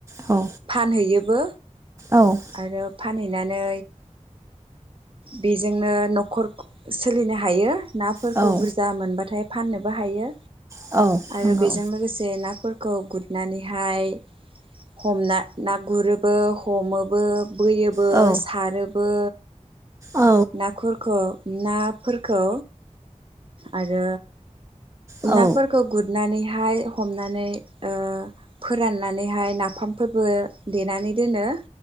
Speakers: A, on the right; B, on the right.
A: औ
B: फानहैयो बो
A: औ
B: आरो फानहैनानै बेजोंनो न'खर सोलिनो हायो। नाफोरखौ
A: औ
B: बुरजा मोनबाथाय फाननोबो हायो।
A: औ
B: आरो
A: नंगौ
B: बेजों लोगोसे नाफोर खौ गुदनानैहाय हमना ना गुरोबो हमोबो बोयोबो
A: औ
B: सारो बो
A: औ
B: नाखुरखौ नाफोरखौ आरो
A: औ
B: नाफोरखौ गुदनानै हाय हमनानै ओ फोराननानैहाय नाफामफोरबो देनानै दोनो।